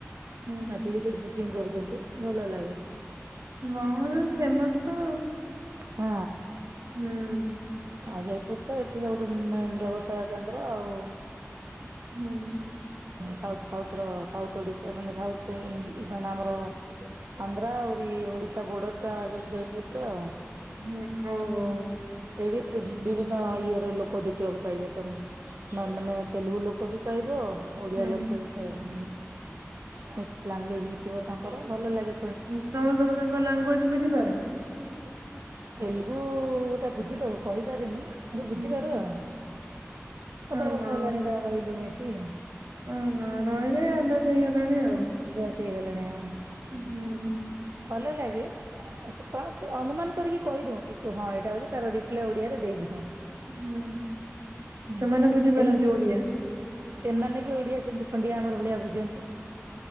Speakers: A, on the right (about 85°); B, on the right (about 55°).
A: ହୁଁ
B: ଆସିକି ସେଠି ସୁ ଟିଙ୍ଗ୍ କରୁଚନ୍ତି ଭଲ ଲାଗେ।
A: ଗହଣା ଫେମସ ତ ଆଉ।
B: ହଁ।
A: ହୁଁ
B: ଆଉ ଜୟପୁର ତ ଏଠିରେ ଗୋଟେ ମେନ୍ ବ୍ୟବସାୟ କେନ୍ଦ୍ର ଆଉ
A: ହୁଁ।
B: ସାଉଥ ସାଉଥର ସାଉଥ ଓଡିଶା ମାନେ ସାଉଥ ଇଣ୍ଡି ଇଣ୍ଡିଆନ ଆମ ଅ ଆନ୍ଧ୍ରା ଆଉ ଏଇ ଓଡିଶା ବୋର୍ଡରଟା ଯୋଉ ଜୟେ ବିଟା ଆଉ।
A: ହୁଁ ଓହୋ
B: ଏଇଠି ବି-ବିଭିନ୍ନ ଇଏର ଲୋ ଲୋକ ଦେଖିବାକୁ ପାଇବ ତମେ ନା ମାନେ ତେଲୁଗୁ ଲୋକ ବି ପାଇବ ଓଡିଆ
A: ହୁଁ
B: ଲୋକ ବି ପାଇ ହୁଁ ବେସ୍ ଲାଙ୍ଗୁଏଜ ବି ଥିବ ତାଙ୍କର ଭଲଲାଗେ
A: ଉଁ ତମେ ସବୁ ତାଙ୍କ ଲାଙ୍ଗୁଏଜ ବୁଝିପାର?
B: <inaudible> ତେଲୁଗୁଟା ବୁଝିପାରୁ କହିପାରେନୁ। କିନ୍ତୁ ବୁଝିପାରୁ
A: ହୁଁ
B: ଆଉ। ପନ୍ଦର
A: ଓହୋ
B: ବର୍ଷ ହେଲାଣି ର-ରହିଲୁଣି ଏଠି। କିଏ?
A: ଓହୋ ରହି ରହି ଆଭ୍ୟାସ ହେଇଗଲାଣି ଆଉ।
B: ହେଇଗଲଣି ଆ
A: ଉଁହୁଁ ହୁଁ।
B: ଭଲଲାଗେ ସେ କଣ କି ଅନୁମାନ। କରିକି କହିଦୋଉଁ କି ହଁ ଏଇଟା ହୋଉଚି ତାର ରିପ୍ଲାଏ <unintelligible> ରେ ଦେଇଦିହଁ
A: ହୁଁ
B: ହୁଁ
A: ସେମାନେ ବୁଝିପାରନ୍ତି
B: ଏଇ
A: ଓଡିଆ?
B: ସେମାନେ ବି ଓଡିଆ ସେମିତି ଖଣ୍ଡିଆ ଆମରି ଭଳିଆ ବୁଝନ୍ତି।